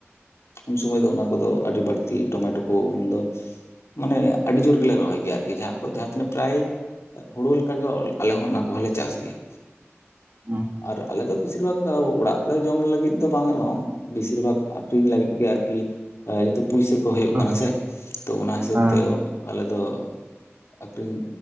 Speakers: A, on the left (about 70°); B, on the right (about 45°).
A: ᱩᱱ ᱥᱚᱢᱚᱭ ᱫᱚ ᱚᱱᱟ ᱠᱚᱫᱚ ᱟᱹᱰᱤ ᱵᱟᱹᱲᱛᱤ ᱴᱚᱢᱮᱴᱳ ᱠᱚ ᱩᱱᱫᱚ ᱢᱟᱱᱮ ᱟᱹᱰᱤ ᱡᱳᱨ ᱜᱮᱞᱮ ᱨᱚᱦᱚᱭ ᱜᱮᱭᱟ ᱟᱨᱠᱤ ᱡᱟᱦᱟᱸ ᱠᱚ ᱡᱟᱦᱟᱸ ᱛᱤᱱᱟᱹᱜ ᱯᱨᱟᱭ ᱦᱳᱲᱳ ᱞᱮᱠᱟᱜᱮ ᱟᱞᱮ ᱦᱚᱸ ᱚᱱᱟ ᱠᱚᱦᱚᱸᱞᱮ ᱪᱟᱥ ᱜᱮᱭᱟ
B: ᱦᱩᱸ
A: ᱟᱨ ᱟᱞᱮ ᱫᱚ ᱵᱮᱥᱤᱨ ᱵᱷᱟᱜᱽ ᱚᱲᱟᱜ ᱨᱮ ᱡᱚᱢ ᱞᱟᱹᱜᱤᱫ ᱫᱚ ᱵᱟᱝ ᱨᱮᱦᱚᱸ ᱵᱮᱥᱤᱨ ᱵᱷᱟᱜ ᱟᱠᱷᱨᱤᱧ ᱞᱟᱹᱜᱤᱫ ᱜᱮ ᱟᱨᱠᱤ ᱡᱮᱦᱚᱛᱩ ᱯᱩᱭᱥᱟᱹ ᱠᱚ ᱦᱳᱭᱳᱜ
B: ᱦᱩᱸ
A: ᱠᱟᱱᱟ
B: ᱦᱩᱸ
A: ᱥᱮ ᱛᱚ ᱚᱱᱟ ᱦᱤᱥᱟᱹᱵ
B: ᱦᱮᱸ
A: ᱛᱮ ᱟᱞᱮ ᱫᱚ ᱟᱠᱷᱨᱤᱧ